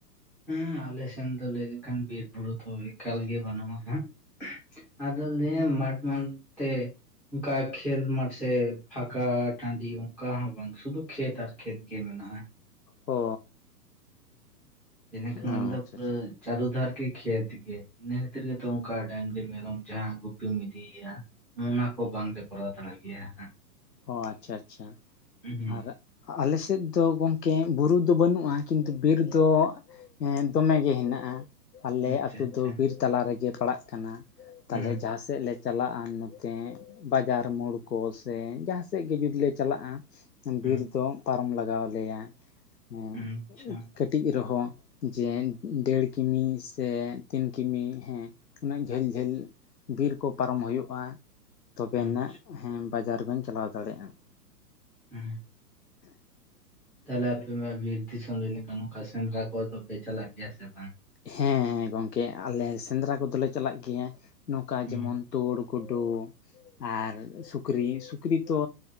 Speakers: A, in the centre; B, on the left (about 80°).
A: ᱦᱮᱸ ᱟᱞᱮ ᱥᱮᱱ ᱫᱚ ᱞᱟᱹᱭ ᱞᱮ ᱠᱷᱟᱱ ᱵᱤᱨ ᱵᱩᱨᱩ ᱫᱚ ᱮᱠᱟᱞ ᱜᱮ ᱵᱟᱹᱱᱩᱜ-ᱟ ᱦᱟᱸᱜ ᱟᱫᱚ ᱞᱟᱹᱭ ᱟᱢ ᱢᱟᱴᱷ ᱢᱟᱴᱷ ᱛᱮ ᱚᱱᱠᱟ ᱠᱷᱮᱞ ᱢᱟᱴ ᱥᱮ ᱯᱷᱟᱠᱟ ᱴᱟᱹᱰᱤ ᱚᱱᱠᱟ ᱦᱚᱸ ᱵᱟᱝ ᱥᱩᱫᱷᱩ ᱠᱷᱮᱛ ᱟᱨ ᱠᱷᱮᱛ ᱜᱮ ᱢᱮᱱᱟᱜ-ᱟ᱾
B: ᱚ
A: ᱦᱮᱸ ᱠᱷᱟᱱ
B: ᱚ
A: ᱟᱞᱮ ᱫᱚ
B: ᱟᱪᱪᱷᱟ
A: ᱯᱩᱨᱟᱹ
B: ᱟᱪᱪᱷᱟ
A: ᱪᱟᱨᱤ ᱫᱷᱟᱨ ᱜᱮ ᱠᱷᱮᱛ ᱜᱮ ᱤᱱᱟᱹ ᱠᱷᱟᱹᱛᱤᱨ ᱜᱮ ᱛᱚ ᱚᱱᱠᱟ ᱰᱟᱹᱝᱨᱤ ᱢᱮᱨᱚᱢ ᱡᱟᱦᱟᱸ ᱜᱩᱯᱤᱢ ᱤᱫᱤᱮᱭᱟ ᱚᱱᱟ ᱠᱚ ᱵᱟᱝ ᱞᱮ ᱠᱚᱨᱟᱣ ᱫᱟᱲᱮ ᱭᱟᱜ ᱜᱮᱭᱟ ᱦᱟᱸᱜ
B: ᱚ ᱟᱪᱪᱷᱟ ᱟᱪᱪᱷᱟ
A: ᱦᱩᱸ
B: ᱟᱨ ᱟᱞᱮ ᱥᱮᱫ ᱫᱚ ᱜᱚᱝᱠᱮ ᱵᱩᱨᱩ ᱫᱚ ᱵᱟᱹᱱᱩᱜ-ᱟ ᱠᱤᱱᱛᱩ ᱵᱤᱨ ᱫᱚ ᱦᱮᱸ ᱫᱚᱢᱮ ᱜᱮ ᱦᱮᱱᱟᱜ-ᱟ᱾ ᱟᱞᱮ
A: ᱟᱪᱪᱷᱟ
B: ᱟᱛᱳ
A: ᱟᱪᱪᱷᱟ
B: ᱫᱚ ᱵᱤᱨ ᱛᱟᱞᱟ ᱨᱮ ᱜᱮ ᱯᱟᱲᱟᱜ ᱠᱟᱱᱟ ᱛᱟᱦᱞᱮ
A: ᱦᱩᱸ
B: ᱡᱟᱦᱟᱸ ᱥᱮᱫ ᱞᱮ ᱪᱟᱞᱟᱜ-ᱟ ᱱᱚ ᱛᱮ ᱵᱟᱡᱟᱨ ᱢᱳᱲ ᱠᱚ ᱥᱮ ᱡᱟᱦᱟᱸ ᱥᱮᱫ ᱜᱮ ᱡᱩᱫᱤ ᱞᱮ ᱪᱟᱞᱟᱜ-ᱟ᱾
A: ᱦᱩᱸ
B: ᱵᱤᱨ ᱫᱚ ᱯᱟᱨᱚᱢ ᱞᱟᱜᱟᱣ ᱟᱞᱮ ᱭᱟ ᱦᱮᱸ
A: ᱦᱩᱸ ᱟᱪᱪᱷᱟ
B: ᱠᱟᱹᱴᱤᱡ ᱠᱟᱹᱴᱤᱡ ᱨᱮ ᱦᱚᱸ ᱡᱮ ᱰᱮᱲ ᱠᱤᱢᱤ ᱥᱮ ᱛᱤᱱ ᱠᱤᱢᱤ ᱦᱮᱸ ᱩᱱᱟᱹᱜ ᱡᱷᱟᱹᱞ ᱡᱷᱟᱹᱞ ᱵᱤᱨ ᱠᱚ ᱯᱟᱨᱚᱢ ᱦᱩᱭᱩᱜ-ᱟ᱾ ᱛᱚᱵᱮ
A: ᱟᱪᱪᱷᱟ
B: ᱭᱮ ᱱᱟᱜ ᱦᱮᱸ ᱵᱟᱡᱟᱨ ᱵᱮᱱ ᱪᱟᱞᱟᱣ ᱫᱟᱲᱮᱭᱟᱜ-ᱟ᱾
A: ᱦᱮᱸ ᱛᱟᱦᱞᱮ ᱟᱯᱮ ᱢᱟ ᱵᱤᱨ ᱫᱤᱥᱚᱢ ᱞᱟᱹᱭ ᱞᱮ ᱠᱷᱟᱱ ᱱᱚᱝᱠᱟ ᱥᱮᱸᱫᱽᱨᱟ ᱠᱚ ᱫᱚ ᱯᱮ ᱪᱟᱞᱟᱜ ᱜᱮᱭᱟ ᱥᱮ ᱵᱟᱝ?
B: ᱦᱮᱸ ᱜᱚᱝᱠᱮ ᱟᱞᱮ ᱥᱮᱸᱫᱽᱨᱟ ᱠᱚᱫᱚ ᱞᱮ ᱪᱟᱞᱟᱜ ᱜᱮ ᱭᱟ ᱱᱚᱝ ᱠᱟ
A: ᱚᱵᱚᱥᱥᱳᱭ
B: ᱡᱮᱢᱚᱱ ᱛᱩᱲ ᱜᱩᱰᱩ, ᱟᱨ ᱥᱩᱠᱨᱤ, ᱥᱩᱠᱨᱤ ᱛᱚ